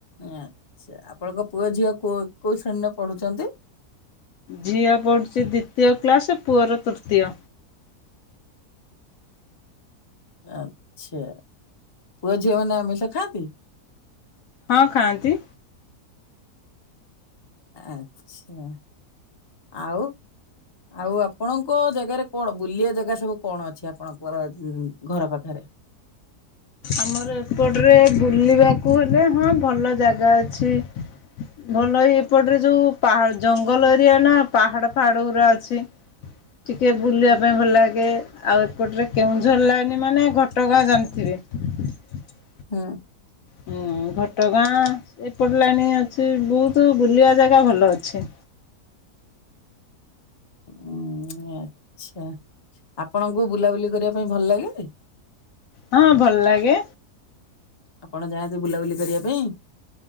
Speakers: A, on the left; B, on the left.
A: ଆଛା ଆପଣଙ୍କ ପୁଅ ଝିଅ କୋଉ ଶ୍ରେଣୀରେ ପଢୁଛନ୍ତି?
B: ଝିଅ ପଢୁଛି ଦ୍ଵିତୀୟ କ୍ଲାସ ପୁଅର ତୃତୀୟ।
A: <unintelligible> ଆଛା ପୁଅ ଝିଅ ମାନେ ଆମିଷ ଖାଆନ୍ତି?
B: ହଁ ଖାଆନ୍ତି।
A: ଆଛା ଆଉ ଆଉ ଆପଣଙ୍କ ଜାଗାରେ କଣ ବୁଲିିବା ଜାଗା ସବୁ କଣ ଅଛି ଆପଣଙ୍କର ଘର ପାଖରେ। <unintelligible>
B: ଆମର ଏପଟରେ ବୁଲିବାକୁ ହେଲେ ହଁ ଭଲ ଜାଗା ଅଛି। ଭଲ ଏଇ ଏପଟରେ ଯୋଉଁ ପାହା ଜଙ୍ଗଲ ଏରିଆ ନାଁ ପାହାଡ ଫାହାଡ ଗୁରା ଅଛି। ଟିକେ ବୁଲିବା ପାଇଁ ଭଲ ଲାଗେ ଆଉ ଏପଟରେ କେଉଁଝର ଲାଇନି ମାନେ ଘଟଗାଁ ଜାଣିଥିବେ। <unintelligible>
A: ହୁଁ।
B: ହୁଁ ଘଟଗାଁ ଏପଟ ଲାଇନ ଅଛି ବହୁତ ବୁଲିବା ଜାଗା ଭଲ ଅଛି।
A: ହୁଁ। ଆଛା ଆପଣଙ୍କୁ ବୁଲାବୁଲି କରିବା ପାଇଁ ଭଲ ଲାଗେ?
B: ହଁ ଭଲ ଲାଗେ।
A: ଆପଣ ଯାଆନ୍ତି ବୁଲାବୁଲି କରିବା ପାଇଁ?